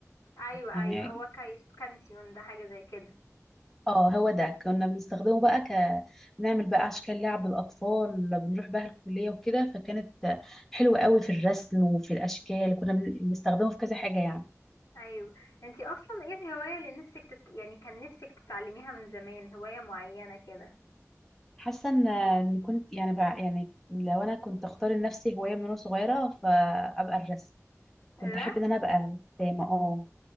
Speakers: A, on the left; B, in the centre.
A: ايوه
B: يعني
A: ايوه هو كايس كانسيون ده حاجه زي كده
B: اه هو ده كنا بنستخدمه بقى ك بنعمل بقى اشكال لعب للاطفال بنروح بقى الكليه وكده فكانت حلوه قوي في الرسم وفي الاشكال كنا بن- بنستخدمه في كذا حاجه يعني
A: ايوه انتي اصلا ايه الهوايه اللي نفسك تت... يعني كان نفسك تتعلميها من زمان هوايه معينه كده
B: حاسه ان إن كنت يعني بقى يعني لو انا كنت اختار لنفسي هوايه من وانا صغيره فابقى الرسم كنت
A: الرسم
B: احب ان انا ابقى رسامه اه